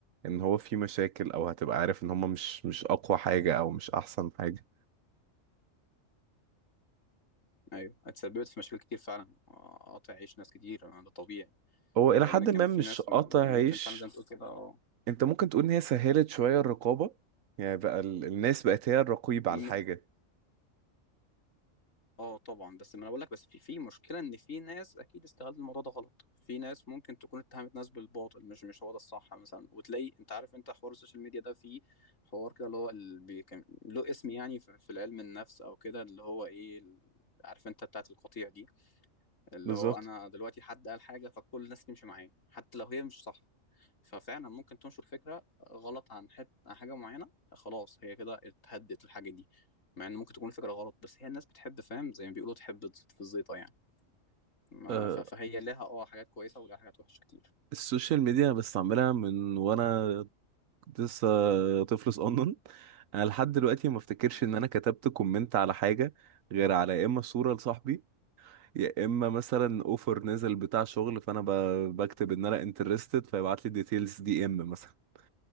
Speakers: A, on the right (about 90°); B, on the left (about 75°).
A: ان هو فيه مشاكل او هتبقى عارف ان هما مش مش اقوى حاجه او مش احسن حاجه
B: ايوه اتسببت في مشاكل كتير فعلا آه، قاطع عيش ناس كتير آه، ده طبيعي
A: هو الى
B: لان
A: حد
B: كان
A: ما
B: في
A: مش
B: ناس
A: قاطع
B: ممكن
A: عيش
B: فعلا زي ما تقول كده اه
A: انت ممكن تقول ان هي سهلت شويه الرقابه يعني بقى ال- الناس بقت هي الرقيب على
B: م-
A: الحاجه
B: اه طبعا بس ما انا بقول لك بس في في مشكله ان في ناس اكيد استغلت الموضوع ده غلط في ناس ممكن تكون اتهمت ناس بالباطل مش مش هو ده الصح مثلا وتلاقي انت عارف انت حوار السوشيال ميديا ده فيه حوار كده اللي هو ال- بي- كان له اسم يعني في في العلم النفس او كده اللي هو ايه ال- عارف انت بتاعت القطيع دي اللي
A: بالظبط
B: هو انا دلوقتي حد قال حاجه فكل الناس تمشي معاه حتى لو هي مش صح ففعلا ممكن تنشر فكره غلط عن حت... عن حاجه معينه خلاص هي كده اتهدت الحاجه دي مع ان ممكن تكون فكره غلط بس هي الناس بتحب فاهم زي ما بيقولوا تحب تزيط في الزيطه يعني ما
A: آه،
B: ف... فهي لها اه حاجات كويسه ولها حاجات وحشه كتير
A: السوشيال ميديا بستعملها من وانا لسه طفل صغنن انا لحد دلوقتي ما افتكرش
B: أمم.
A: ان انا كتبت كومنت على حاجه غير على يا اما صوره لصاحبي يا اما مثلا اوفر نزل بتاع شغل فانا ب- بكتب ان انا انترستد فيبعت لي ديتيلز دي ام مثلا